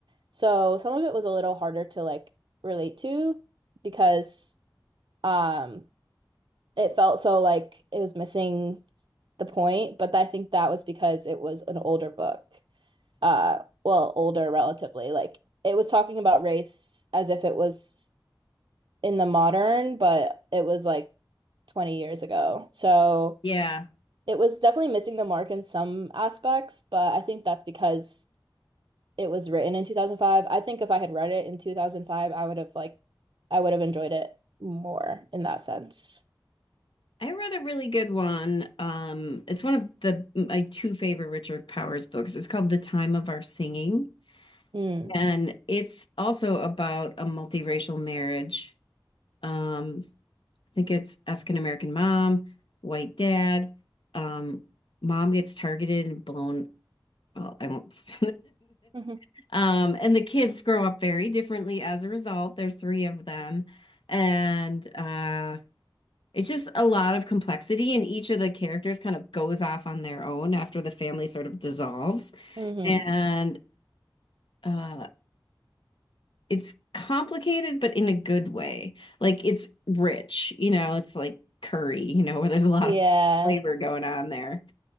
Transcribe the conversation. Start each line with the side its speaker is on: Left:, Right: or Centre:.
Right: so some of it was a little harder to like relate to because um it felt so like it was missing the point, but I think that was because it was an older book. Uh well, older relatively. Like it was talking about race as if it was in the modern, but it was like 20 years ago. So
Left: Yeah.
Right: it was definitely missing the mark in some aspects, but I think that's because it was written in 2005. I think if I had read it in 2005, I would have like I would have enjoyed it more in that sense.
Left: I read a really good one. Um, it's one of the my two favorite Richard Powers books. It's called The Time of Our Singing,
Right: Mm.
Left: and it's also about a multiracial marriage. Um, I think it's African American mom, white dad. Um, mom gets targeted and blown. Well, I won't.
Right: hmm
Left: <laughs> um, and the kids grow up very differently as a result. There's three of them, and uh, it's just a lot of complexity. And each of the characters kind of goes off on their own after the family sort of dissolves.
Right: hmm
Left: And uh, it's complicated but in a good way like it's rich you know it's like curry you know where there's a lot
Right: Yeah.
Left: of flavor going on there